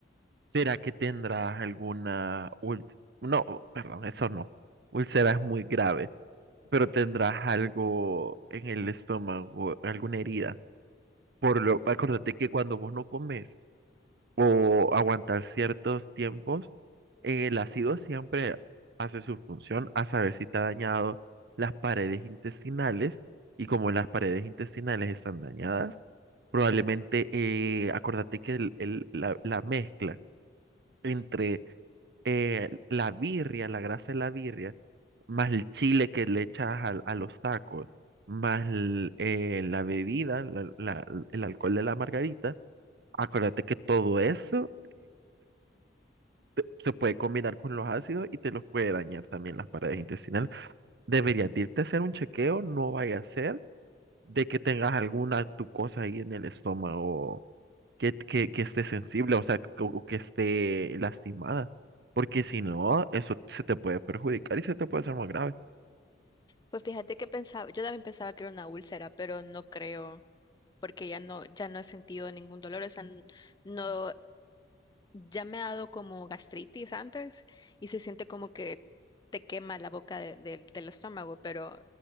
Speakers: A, on the right; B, on the left.
A: ¿será que tendrás alguna ul- No, perdón, eso no. Úlcera es muy grave, pero tendrás algo en el estómago, alguna herida. Por lo, acuérdate que cuando vos no comes o aguantas ciertos tiempos, El ácido siempre hace su función a saber si te ha dañado las paredes intestinales y como las paredes intestinales están dañadas, probablemente eh, acordate que el- el- la, la mezcla entre eh, la birria, la grasa de la birria, más el chile que le echas al- a, los tacos, más el, eh, la bebida, la- la- el alcohol de la margarita, acuérdate que todo eso se puede combinar con los ácidos y te los puede dañar también las paredes intestinales. Deberías de irte a hacer un chequeo, no vaya a ser de que tengas alguna tu cosa ahí en el estómago que, que, que esté sensible, o sea, que, o que esté lastimada, porque si no, eso se te puede perjudicar y se te puede hacer más grave.
B: Pues fíjate que pensaba, yo también pensaba que era una úlcera, pero no creo. porque ya no, ya no he sentido ningún dolor, o sea, n- no, ya me ha dado como gastritis antes y se siente como que te quema la boca de- de- del estómago, pero